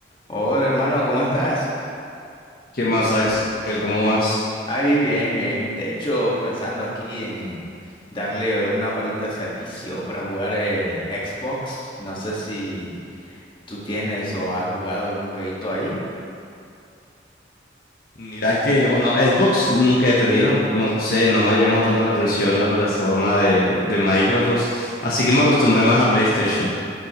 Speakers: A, on the left; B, on the left.
A: Hola hermano, ¿cómo estás?
B: ¿Qué más, Axel? ¿Cómo vas?
A: Ahí bien, bien. De hecho, pensando aquí en darle una horita al vicio para jugar eh, Xbox. No sé si tú tienes o has jugado algún jueguito ahí.
B: Mira que, bueno, Xbox nunca he tenido, no sé, no me ha llamado tanto la atención la plataforma de, de Microsoft, así que me acostumbré más a PlayStation,